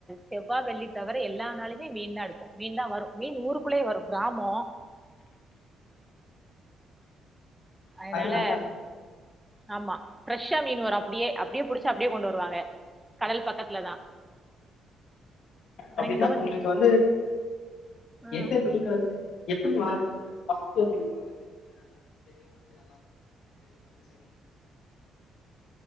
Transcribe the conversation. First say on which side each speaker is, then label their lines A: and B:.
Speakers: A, in the centre; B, on the left.
A: செவ்வா வெள்ளி தவர எல்லா நாளயுமே மீன் தான் எடுப்போம் மீன் தான் வரும் மீன் ஊருக்குள்ளயே வரும் கிராமோ ஐனால
B: அது நல்லா இருக்குங்க.
A: ஆமா ஃப்ரெஷ்ஷா மீன் வரும் அப்டியே அப்படியே புடிச்சா அப்டியே கொண்டு வருவாங்க கடல் பக்கத்துல தா ஆனா
B: அப்டின்னா
A: இங்க
B: உங்களுக்கு வந்து
A: ஆ
B: எந்த <unintelligible> <unintelligible>